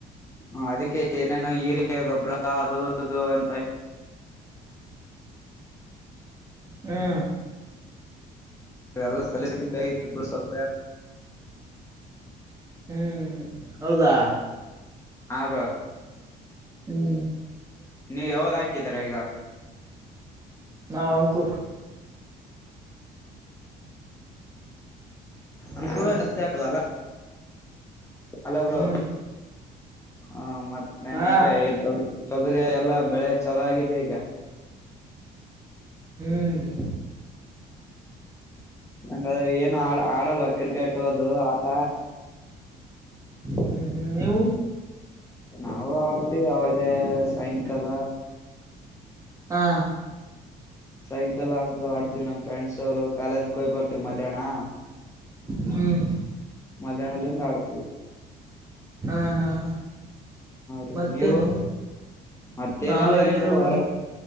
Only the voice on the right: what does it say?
ಹಾ
ಹ್ಮ್ ಹೌದಾ
ಹ್ಮ್
ನಾ ಅಂಕೂರ್ ಹ್ಮ್
ಹ್ಮ್
ಹಾ
ಹ್ಮ್
ಹ್ಮ್ ಹ್ಮ್ ನೀವು
ಹಾ
ಹ್ಮ್
ಹಾ ಹಾ ಹಾ
ಮತ್ತೇನು
ನಾವೇನಿಲ್ಲ
ಬ್ರೋ